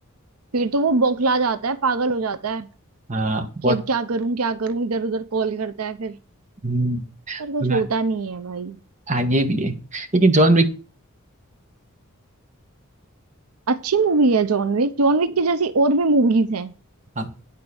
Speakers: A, on the right; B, on the right.
A: फिर तो वो बौखला जाता है पागल हो जाता है
B: हाँ बहुत
A: कि अब क्या करूं क्या करूं इधर उधर कॉल करता है फिर
B: हम्म,
A: पर
B: सुना
A: कुछ होता
B: है।
A: नहीं है भाई
B: हाँ ये भी है लेकिन जॉन विक
A: अच्छी मूवी है जॉन विक जॉन विक की जैसी और भी मूवीज हैं
B: आप,